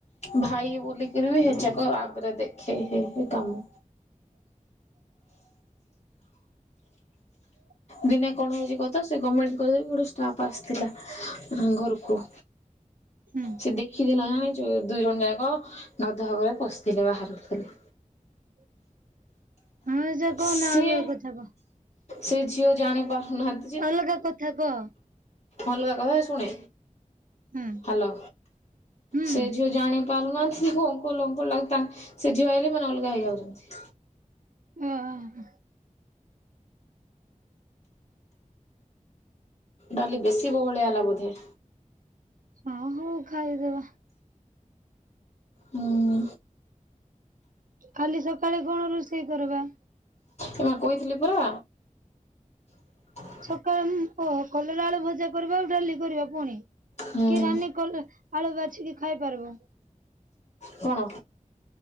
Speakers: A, on the left; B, on the right.
A: ଭାଇ ବୋଲିକରି ବି ହେଯାକ ଆଗରେ ଦେ। ହେଇ ହେଇକି କାମ।
B: <inaudible> <inaudible>
A: ଦିନେ କଣ ହେଇଛି କହ ତ ସେ ଗମେଣ୍ଟ କଲେଜରେ ଗୋଟେ ଷ୍ଟାଫ ଆସିଥିଲା ଘରକୁ।
B: ହୁଁ।
A: ସେ ଦେଖିଥିଲା ଜାଣିଚୁ ଦୁଇ ଜଣ ଯାକ ଗାଧୁଆ ଘରେ ପଶିଥିଲେ ବାହାରୁଥିଲେ।
B: <inaudible> ହଁ ସେ କହନା
A: ସିଏ
B: ଅଲଗା କଥା କହ
A: ସେ ଝିଅ ଜାଣି ପାରୁନାହାନ୍ତି। ଯେ
B: ଅଲଗା କଥା କହ।
A: ଅଲଗା କଥା ଶୁଣେ
B: ହୁଁ
A: ହ୍ୟାଲୋ
B: ହୁଁ
A: ସେ ଝିଅ ଜାଣି ପାରୁନାହାନ୍ତି ତାଙ୍କୁ ଅଙ୍କଲ ଅଙ୍କଲ ଡାକୁ ତାଙ୍କ ସେ ଝିଅ ହେଲେ ମାନେ ଅଲଗା ହେଇଯାଉଛନ୍ତି।
B: ଓହୋ।
A: ଡାଲି ବେଶୀ ବହଳିଆ ହେଲା ବୋଧେ?
B: ହଁ ହଉ ଖାଇଦବା।
A: ହୁଁ।
B: କାଲି ସକାଳେ କଣ ରୁଷେଇ କରବା?
A: ଏ ମା କହିଥିଲି ପରା। <inaudible>
B: ସକାଳେ କଲରା ଆଳୁ ଭଜା କରିବା ଆଉ ଡାଲି କରିବା ପୁଣି
A: ହୁଁ
B: କି ରାନୀ କ ଆଳୁ ବାଛି କିି ଖାଇ ପାରିବ?
A: କଣ?